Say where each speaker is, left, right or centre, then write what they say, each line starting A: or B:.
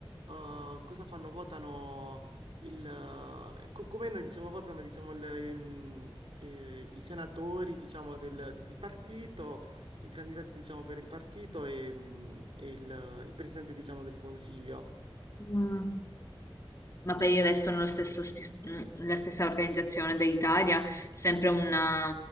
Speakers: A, on the right (about 70°); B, on the left (about 35°).
A: Uh, cosa fanno? Votano il... uh, co- come noi diciamo, votano diciamo, il, ehm, eh, i senatori diciamo, del, di partito, i candidati diciamo, per il partito e, mm, e il, il presidente diciamo, del consiglio
B: Mm. Ma per il resto hanno lo stesso sti- mh, la stessa organizzazione dell'Italia, sempre una-